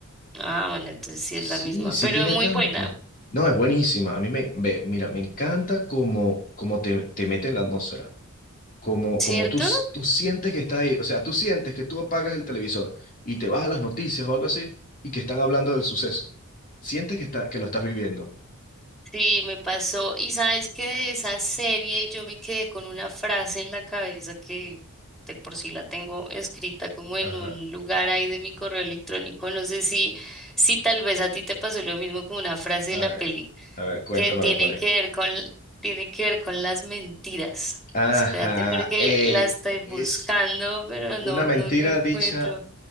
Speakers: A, in the centre; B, on the left.
A: Ah, bueno, entonces sí
B: Sí,
A: es la misma,
B: sí
A: pero
B: tiene
A: muy
B: tanto.
A: buena,
B: No, es buenísima. A mí me, ve, mira, me encanta cómo, cómo te, te mete en la atmósfera. Como,
A: ¿cierto?
B: como tú, s- tú sientes que estás ahí. O sea, tú sientes que tú apagas el televisor y te vas a las noticias o algo así y que están hablando del suceso. Sientes que, está, que lo estás viviendo.
A: Sí, me pasó. Y sabes que de esa serie yo me quedé con una frase en la cabeza que de por sí la tengo escrita como en
B: Ajá.
A: un lugar ahí de mi correo electrónico. No sé si, si tal vez a ti te pasó lo mismo con una frase
B: A
A: de la
B: ver,
A: peli
B: a ver, cuéntame
A: que tiene
B: a ver cuál es.
A: que ver con, tiene que ver con las mentiras.
B: Ajá.
A: Espérate porque
B: Ey,
A: la estoy buscando,
B: es
A: pero
B: una
A: no,
B: mentira
A: no, no encuentro.
B: dicha.